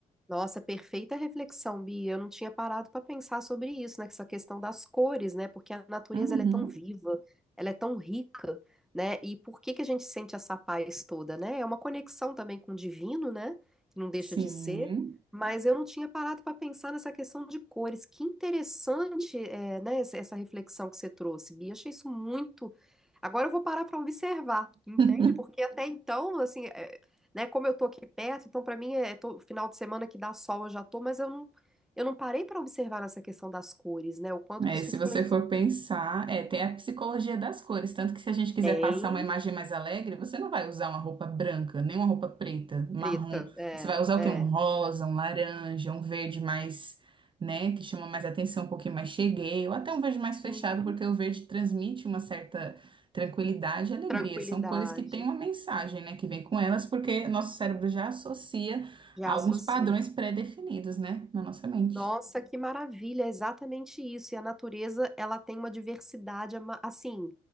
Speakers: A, in the centre; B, on the right.
A: Nossa, perfeita reflexão, Bia. Eu não tinha parado para pensar sobre isso, né? Essa questão das cores, né? Porque a natureza
B: Uhum,
A: ela é tão viva, ela é tão rica, né? E por que que a gente sente essa paz toda, né? É uma conexão também com o divino, né? Que não deixa
B: sim.
A: de ser. Mas eu não tinha parado para pensar nessa questão de cores. Que interessante, é, né? Essa essa reflexão que você trouxe, Bia. Achei isso muito. Agora eu vou parar para observar, entende?
B: <laughs>
A: Porque até então, assim, eh, né? Como eu tô aqui perto, então para mim é é to- final de semana que dá sol, eu já tô, mas eu não, eu não parei para observar nessa questão das cores, né? O quanto
B: É,
A: que isso
B: se
A: influencia.
B: você for pensar, é, tem a psicologia das cores, tanto que se a gente quiser
A: Tem
B: passar uma imagem mais alegre, você não vai usar uma roupa branca, nem uma roupa preta, marrom.
A: preta, é,
B: Você vai usar
A: é.
B: o quê? Um rosa, um laranja, um verde mais, né, que chama mais atenção, um pouquinho mais cheguei, ou até um verde mais
A: Sim,
B: fechado, porque o verde transmite uma certa tranquilidade e alegria.
A: tranquilidade.
B: São cores que têm uma mensagem, né, que vem com elas, porque nosso cérebro já associa
A: Já
B: a alguns
A: associo.
B: padrões pré-definidos, né, na nossa mente.
A: Nossa, que maravilha, é exatamente isso. E a natureza, ela tem uma diversidade ama- assim,